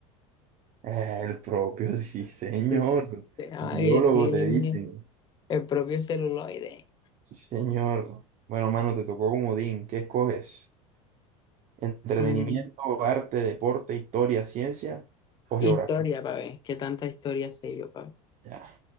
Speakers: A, on the right (about 45°); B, on the left (about 25°).
A: Eh, El propio, <laughs> sí, señor.
B: Este, ay,
A: Biólogo
B: yo sí,
A: te dicen.
B: el propio celuloide.
A: Sí, señor. Bueno, mano, te tocó comodín. ¿Qué escoges? ¿Entretenimiento,
B: Mm,
A: arte, deporte, historia, ciencia o
B: Historia,
A: geografía?
B: para ver, qué tanta historia sé yo, para ver.
A: Ya.